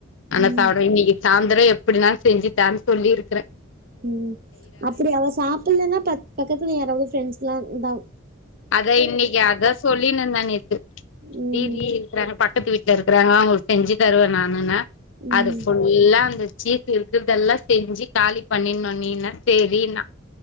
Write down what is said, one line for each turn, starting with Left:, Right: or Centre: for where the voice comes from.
Left: ஆனா
Right: ம்
Left: சாப்ட இன்னக்கி சாயந்தரோ எப்டினாலு செஞ்சு தான் சொல்லிருக்குற
Right: ம் அப்டி அவ சாப்ட்லேன்னா பக்கத்துல யாராவது ஃப்ரெண்ட்ஸ்ல்லா தா
Left: அத இன்னிக்கி அத சொல்லினு இருந்தே நேத்
Right: ம்
Left: வீதினு இருக்குறாங்க பக்கத்து வீட்ல இருக்குறாங்க அவுங்களுக்கு செஞ்சு தருவே நானு னா
Right: ம்
Left: அது ப்புல் ல்லா அந்த சீஸ் இருக்றதெல்லா செஞ்சு காலி பண்ணிணு நீ னு செரின்னா